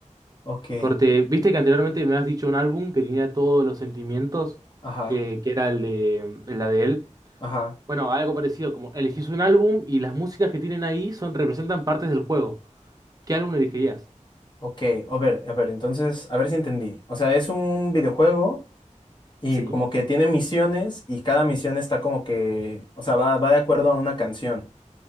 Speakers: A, on the left; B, on the right.
A: Ok,
B: Corte, viste que anteriormente me has dicho un álbum que tenía todos los sentimientos,
A: ajá,
B: que, que era el de, el la de él.
A: ajá,
B: Bueno, algo parecido, como elegís un álbum y las músicas que tienen ahí son, representan partes del juego. ¿Qué álbum elegirías?
A: ok. A ver, a ver, entonces, a ver si entendí. O sea, es un videojuego y
B: Sí.
A: como que tiene misiones y cada misión está como que, o sea, va, va de acuerdo a una canción.